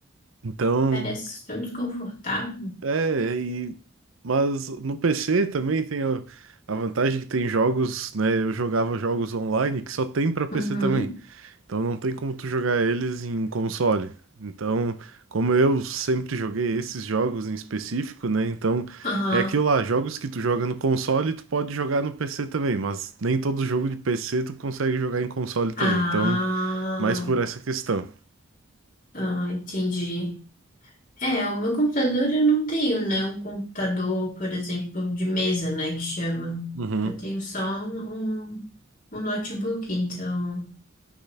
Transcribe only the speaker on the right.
Então,
é, e, mas no PC também tem a, a vantagem que tem jogos, né? Eu jogava jogos online que só tem pra PC
também. Então não tem como tu jogar eles em console. Então, como eu sempre joguei esses jogos em específico, né? Então
é aquilo lá, jogos que tu joga no console, tu pode jogar no PC também, mas nem todo jogo de PC tu consegue jogar em console também.
Então, mais por essa questão.
Uhum,